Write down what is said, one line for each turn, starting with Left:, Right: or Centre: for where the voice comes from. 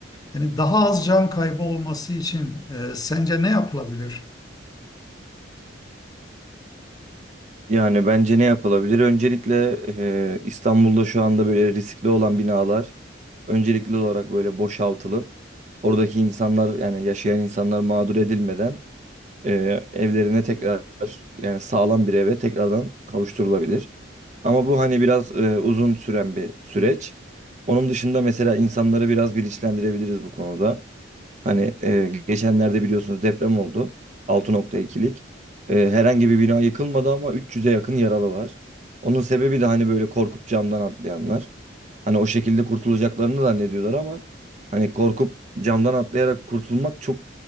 Left: Yani daha az can kaybı olması için e, sence ne yapılabilir?
Right: Yani bence ne yapılabilir? Öncelikle e, İstanbul'da şu anda böyle riskli olan binalar öncelikli olarak böyle boşaltılıp oradaki insanlar yani yaşayan insanlar mağdur edilmeden e, evlerine tekrar yani sağlam bir eve tekrardan kavuşturulabilir. Ama bu hani biraz e, uzun süren bir süreç. Onun dışında mesela insanları biraz bilinçlendirebiliriz bu konuda. Hani e, geçenlerde biliyorsunuz deprem oldu. 6.2'lik. E, herhangi bir bina yıkılmadı ama 300'e yakın yaralı var. Onun sebebi de hani böyle korkup camdan atlayanlar. Hani o şekilde kurtulacaklarını zannediyorlar ama hani korkup camdan atlayarak kurtulmak çok